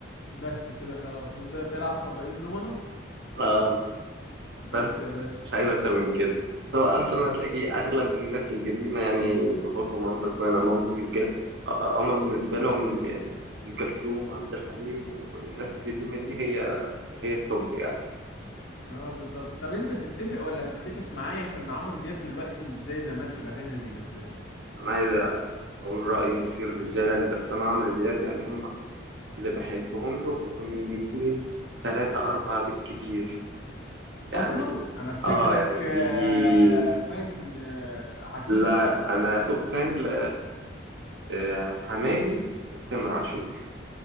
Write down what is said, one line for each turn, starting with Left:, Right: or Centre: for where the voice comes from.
Left: بس كده خلاص وتلعب طبقين دومنة
Right: اه
Left: بس
Right: بس
Left: يا باشا
Right: مش عايز اكتر من كده هو اصلا
Left: بس
Right: هتلاقي اغلب الناس القديمه يعني باباك ومامتك وانا مامتي وكده آه، هما بالنسبه لهم يعني ام كلثوم عبد الحليم والناس القديمه دي هي هي التوب يعني
Left: ما هو بالظبط طب انت تتفق ولا تختلف معايا في ان عمرو دياب دلوقتي مش زي زمان في الاغاني اللي بينزلها
Right: انا عايز اقول راي مثير للجدل بس انا عمرو دياب يعني هم اللي بحبهم له اغنيتين ثلاثة أربعة بالكتير يعني
Left: اصلا انا افتكرك
Right: اه يعني دي
Left: آه، فان آه، عتيد
Right: لا انا توب فان ل- آه، حماقي وتامر عاشور